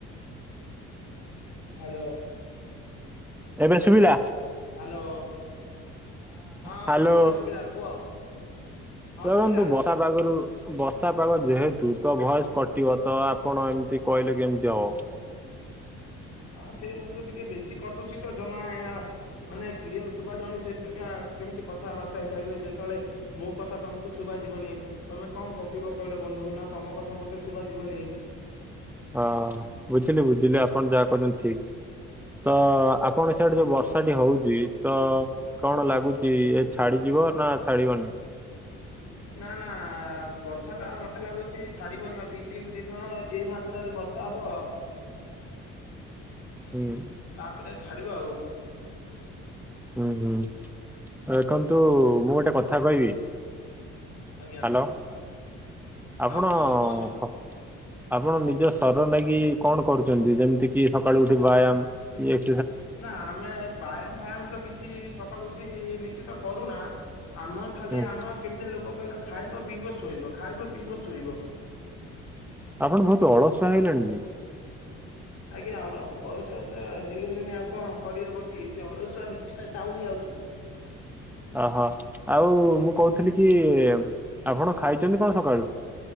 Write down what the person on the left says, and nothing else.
ହ୍ୟାଲୋ
ହ୍ୟାଲୋ ହଁ
ଶୁଭିଲା ଶୁଭିଲା କୁହ ହଁ
ଶୁଭିଲା
ହଁ ସେଇ ବନ୍ଧୁ ଟିକେ ବେଶୀ କଟୁଛି ତ ଜମା ଏ ଅ ମାନେ କ୍ଲିୟର ଶୁଭା ଯାଉନି ସେଥିପକା କେମିତି କଥାବାର୍ତ୍ତା ହେଇପାରିବେ ଯେତେବେଳେ ମୋ କଥା ତମକୁ ଶୁଭା ଯିବନି ତମେ କଣ ଗପିବ କହିଲ ବନ୍ଧୁ ନା ତମ କଥା ମୋତେ ଶୁଭା ଯିବନି
ଆଜ୍ଞା।
ନା ନା ବର୍ଷା ଟା ମତେ ଲାଗୁଚି ଛାଡିବନି ଆଉ ଦି ତିନି ଦିନ ଏଇ ମାତ୍ରାରେ ବର୍ଷା ଅସବ
ଏଟେ ଛାଡିବା ଆଉ
ଆଜ୍ଞା ହଁ
କୁହନ୍ତୁ କୁହନ୍ତୁ।
ନା ଆମେ ବ୍ୟାୟାମ ଫୟାମ ତ କିଛି ସକାଳୁ ଉଠି ନିଶ୍ଚିତ କରୁନା ଆମ ଖାଲି
ଆମ କେମିତିଆ ଲୋକ କହିଲ ଖାଇବ ପିଇବ ଶୋଇବ ଖାଇବ ପିଇବ ଶୋଇବ
ଆଜ୍ଞା ଅ ଅଳସୁଆ ତ ହେଇଗଲିଣି ଆଉ କଣ କରିହବ କି ସେ ଅଳସୁଆ ନୀତି ଟା ଯାଉନି ଆଉ <inaudible>